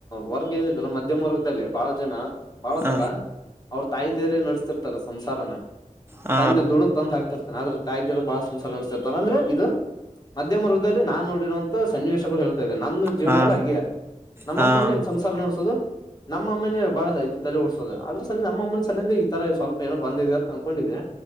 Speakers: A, on the left; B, on the right.
A: ವರ್ಗ ಏನಿದಲ್ಲ ಮಧ್ಯಮ ವರ್ಗದಲ್ಲಿ ಬಾಳ ಜನ ಬಾಳ
B: ಹ
A: ಸಲ. ಅವ್ರ ತಾಯಿ ದೇರ ನಡೆಸ್ತಿರ್ತಾರೆ ಸಂಸಾರನ
B: ಹ
A: ತಂದೆ ದುಡುದ್. ಹಾಕರ್ತೇನೆ ಆದ್ರೆ ತಾಯಿರ ಬಹಳ ಸಂಸಾರ ನೆಡೆಸ್ತಿರ್ತಾರ ಅಂದ್ರೆ ಇದು ಮಧ್ಯ ವರ್ಗದಲ್ಲಿ ನಾ ನೋಡಿ. ಅಂತ ಸನ್ನಿವೇಶಗಳು ಹೇಳ್ತಾ ಇದೆ ನನ್ನ ಜೀವನದಲ್ಲಿಲ್ಲ
B: ಹಾ
A: ಹಾಗೆ ನಮ್ಮಮ್ಮನ.
B: ಹಾ
A: ಸಂಸಾರ ನೋಡಸೋದು ನಮ್ಮ ಅಮ್ಮನೇ ಬಾಳ ಇ ತಲೆ ಓಡಸೋದು ಅದ್ರ ಸಲ ನಮ್ಮ ಅಮ್ಮನ ಸಲಯಂದ ಈ ತರ ಸ್ವಲ್ಪ ಏನೋ ಬಂದಿದೆ ಅಂತ ಅನ್ಕೊಂಡಿದ್ದೆ.